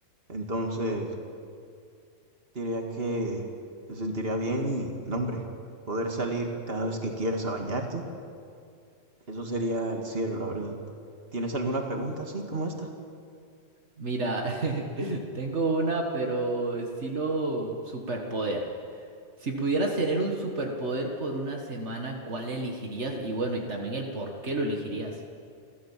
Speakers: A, on the right (about 25°); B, on the right (about 55°).
A: Entonces, diría que se sentiría bien y, no, hombre, poder salir cada vez que quieras a bañarte, eso sería el cielo, la verdad. ¿Tienes alguna pregunta así como esta?
B: Mira, <laughs> tengo una, pero estilo superpoder. Si pudieras tener un superpoder por una semana, ¿cuál elegirías? Y bueno, y también el por qué lo elegirías.